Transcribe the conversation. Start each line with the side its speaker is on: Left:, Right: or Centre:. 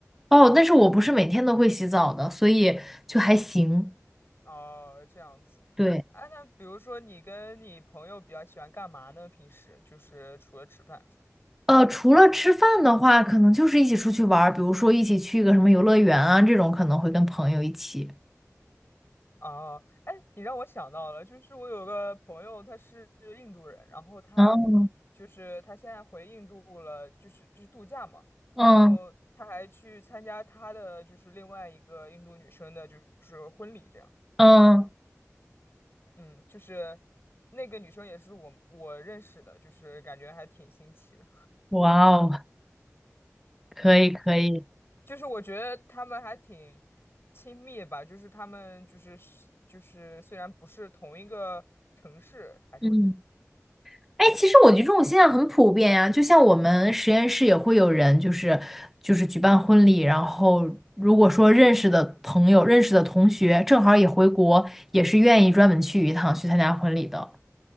Centre: 哦，但是我不是每天都会洗澡的，所以就还行。
Left: 哦，这样子。
Centre: 对。
Left: 哎，那比如说你跟你朋友比较喜欢干嘛呢？平时就是除了吃饭。
Centre: 呃，除了吃饭的话，可能就是一起出去玩儿，比如说一起去一个什么游乐园啊，这种可能会跟朋友一起。
Left: 啊，哎，你让我想到了，就是我有个朋友，他是印度人，然后他
Centre: 嗯
Left: 就是他现在回印度了，就是就是度假嘛，
Centre: 嗯
Left: 然后他还去参加他的就是另外一个印度女生的，就是婚礼这样，
Centre: 嗯，
Left: 嗯，就是那个女生也是我我认识的，就是感觉还挺新奇的，
Centre: 哇哦，可以可以，
Left: 就是我觉得他们还挺亲密吧，就是他们就是就是虽然不是同一个城市，还是会。
Centre: 嗯，哎，其实我觉得这种现象很普遍呀、就像我们实验室也会有人，就是就是举办婚礼，然后如果说认识的朋友、认识的同学正好也回国，也是愿意专门去一趟去参加婚礼的。